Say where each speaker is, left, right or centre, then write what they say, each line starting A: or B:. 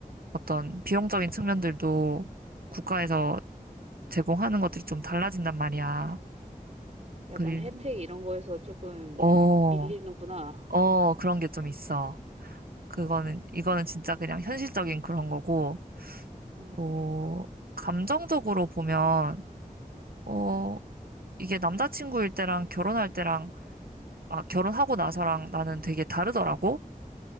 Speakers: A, on the right; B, on the right.
A: 어떤 비용적인 측면들도 국가에서 제공하는 것들이 좀 달라진단 말이야.
B: 약간
A: 그리,
B: 혜택 이런 거에서 조금
A: 어,
B: 밀리는구나.
A: 어, 그런 게 좀 있어. 그거는, 이거는 진짜 그냥 현실적인 그런 거고,
B: 음.
A: 또, 감정적으로 보면, 어, 이게 남자친구일 때랑 결혼할 때랑, 아, 결혼하고 나서랑 나는 되게 다르더라고?